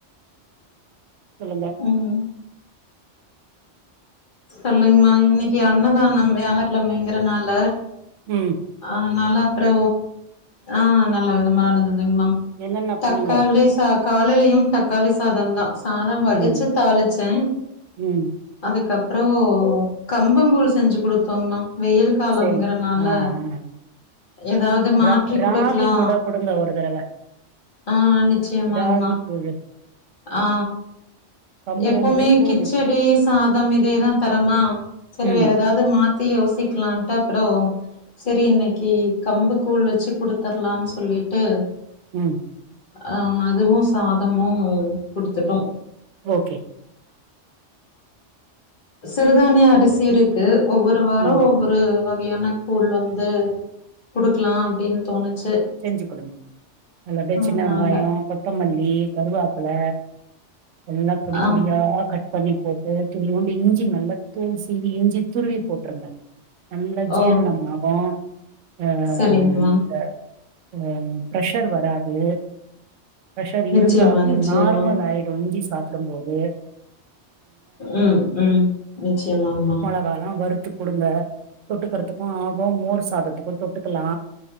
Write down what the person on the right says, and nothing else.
சொல்லுங்க
ம்
என்னென்ன
பண்ணீங்க
ம்
ம்
சரி ஆ ஆ
ரா ராகி
கூட குடுங்க ஒரு தடவ
ராகி கூழு
கம்பு
வந்து சூடு
ம்
ம்
ஓகே
ம்
செஞ்சு குடுங்க நல்லபடிய
சின்ன வெங்காயோ கொத்தமல்லி கருவேப்பள எல்லா பொடி
பொடியா கட் பண்ணி போட்டு துரியோண்டு இஞ்சி நல்லா தூள் சீவி இஞ்சி துருவி போட்டுருங்க நல்லா ஜீர்ணமாகு
ஆ
அந்த ஆ பிரஷர் வராது பிரஷர்
இருந்தாலு
நார்மல் ஆய்டு இஞ்சி சாப்டம்போது
அதல்லா வறுத்து குடுங்க தொட்டுக்கறதுக்கு ஆகு மோர் சாதத்துக்கு தொட்டுக்கலா